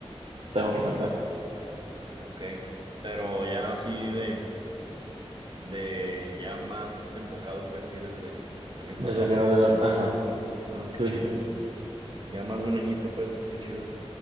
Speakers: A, on the right (about 70°); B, on the right (about 45°).
A: tengo que faltar.
B: Ok, pero ya así de... de ya más enfocado, pues sí, desde el año
A: Desde
B: pasado.
A: enero de la...
B: Ay,
A: Ajá,
B: No,
A: sí,
B: qué chido.
A: sí,
B: Ya más de un añito, pues, qué chido.